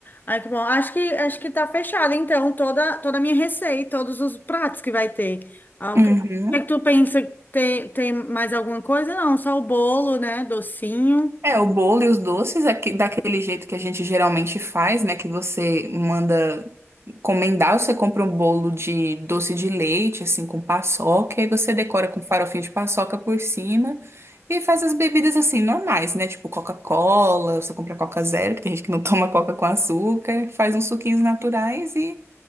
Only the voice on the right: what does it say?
Uhum,
uhum.
É, o bolo e os doces é que- daquele jeito que a gente geralmente faz, né? Que você manda encomendar, você compra um bolo de doce de leite, assim, com paçoca, e aí você decora com farofinho de paçoca por cima e faz as bebidas, assim, normais, né? Tipo Coca-Cola, você compra Coca Zero, que tem gente que não <laughs> toma Coca com açúcar, faz uns suquinhos naturais e